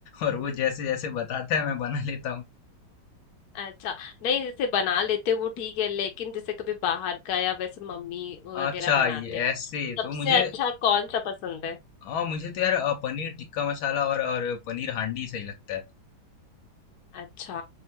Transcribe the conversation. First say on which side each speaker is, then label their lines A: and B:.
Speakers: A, on the left (about 75°); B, on the left (about 55°).
A: और वो जैसे जैसे बताता है मैं बना लेता हूँ
B: अच्छा नहीं जैसे बना लेते हो वो ठीक है लेकिन जैसे कभी बाहर का या वैसे मम्मी वगैरह
A: अच्छा
B: बनाते
A: ये
B: हैं तो
A: ऐसे तो
B: सबसे
A: मुझे
B: अच्छा कौन सा पसंद है
A: हाँ मुझे तो यार अ, पनीर टिक्का मसाला और और पनीर हांडी सही लगता है
B: अच्छा